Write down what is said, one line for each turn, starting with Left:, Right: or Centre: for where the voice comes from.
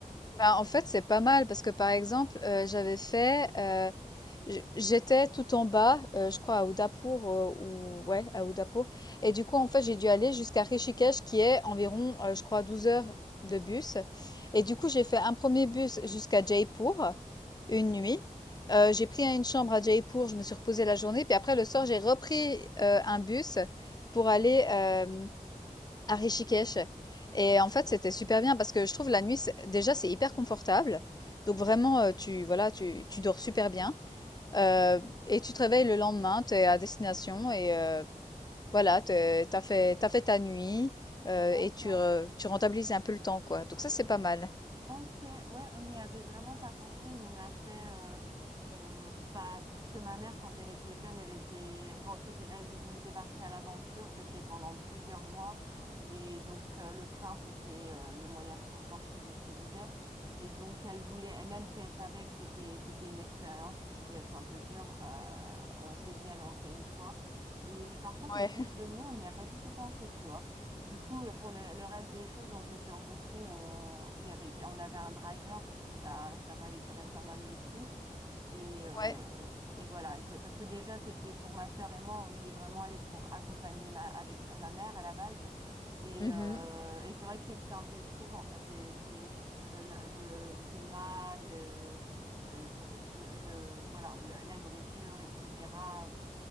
Left: Bah, en fait, c'est pas mal parce que, par exemple, euh, j'avais fait, euh, J j'étais tout en bas, heu, je crois à Udaipur, heu, ou ouais, à Udaipur et du coup, en fait, j'ai dû aller jusqu'à Rishikesh qui est environ, heu, je crois 12 heures de bus et du coup, j'ai fait un premier bus jusqu'à Jaipur, une nuit. Heu, j'ai pris une chambre à Jaipur, je me suis reposée la journée, puis après le soir, j'ai repris, heu, un bus pour aller, hem, à Rishikesh et en fait, c'était super bien parce que je trouve la nuit, c'est déjà, c'est hyper confortable. Donc vraiment, heu, tu voilà, tu tu dors super bien euh, et tu te réveilles le lendemain, tu es à destination et euh, voilà, t'es- t'as fait, t'as fait ta nuit euh,
Right: D'accord.
Left: et tu, re- tu rentabilises un peu le temps, quoi. Donc ça, c'est pas mal.
Right: Ok, ouais, on n'y avait vraiment pas pensé. Nous, on a fait, euh, euh, bah, parce que ma mère, quand elle était jeune, elle était, bon, c'était, elle- ils étaient partis à l'aventure, c'était pendant plusieurs mois, et donc euh, le train, c'était euh, le moyen de transport qu'ils utilisaient, et donc elle voulait, et même si elle savait que c'était, c'était une expérience qui pouvait être un peu dure, euh, on s'est dit, allez, on le fait une fois. Et mais par contre,
Left: Ouais.
Right: le bus de
Left: <laughs>
Right: nuit, on n'y a pas du tout pensé, tu vois. Du coup, le- pour le, le reste des choses, on faisait sur Booking, on, il y avait, on avait un driver parce que ça, ça valait quand même pas mal le coup. Et, euh,
Left: Ouais.
Right: et voilà. Et peu- parce que déjà, c'était pour ma sœur et moi, on y est vraiment allé pour accompagner ma, avec ma mère à la base. Et,
Left: Mhm.
Right: euh, et c'est vrai que c'est c'est un peu éprouvant, quoi. C'est, c'est euh, le, le climat, le, le, le, le- voilà, le- la nourriture, etc. Euh,